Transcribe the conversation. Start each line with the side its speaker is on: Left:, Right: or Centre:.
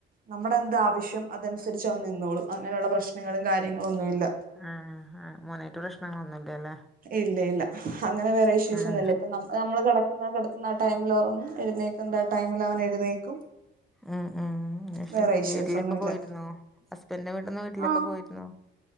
Right: നമ്മടെ എന്താവശ്യം അതനുസരിച്ച് അവൻ നിന്നോളും അങ്ങനെയുള്ള പ്രശ്നങ്ങളു കാര്യങ്ങളും ഒന്നു യില്ല
Centre: ആ ആഹ് മോനായിട്ട് പ്രശ്നങ്ങളൊന്നുല്ലല്ലേ
Right: ഇല്ലയില്ല അങ്ങനെ വേറെ ഇഷ്യൂസ്
Centre: ആഹ്
Right: ഒന്നുല്ല ഇപ്പ നമ്മള് കിടക്കുന്ന കിടക്കുന്ന ആ ടൈമിലുറങ്ങും എഴുന്നേക്കും എണീക്കേണ്ട ടൈമിൽ അവൻ എഴുന്നേക്കും
Centre: അ അ.
Right: വേറെ ഇഷ്യൂസ്
Centre: വീട്ടിലൊക്കെ
Right: ഒന്നുമില്ല
Centre: പോയിരുന്നോ ഹസ്ബന്റിന്റെ വീട്ടന്ന് വീട്ടിലേക്കൊക്കെ
Right: ആ
Centre: പോയിരുന്നോ?